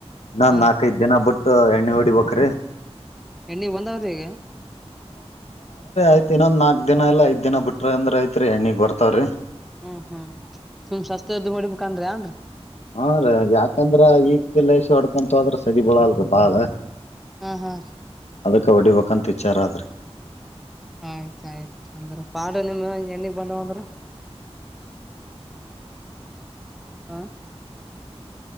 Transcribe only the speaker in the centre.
ಹಾ
ಎಣ್ಣೆಗ ಬಂದ್ರಾವಿ ಈಗ
ಹ್ಮ್ ಹ್ಮ್ ಸುಮ್ ಸಸ್ತೆದ್ದು ಹೊಡಿಬೇಕನ್ ಅಂದ್ರೇನರಿ
ಹಾ ಹಾ ರೀ
ಆಯ್ತಾಯ್ತ್ ಅಂದ್ರ ಪಾಡು ನಿಮ ಎಣ್ಣಿಗ್ ಬಂದವಂದ್ರ ಹಾ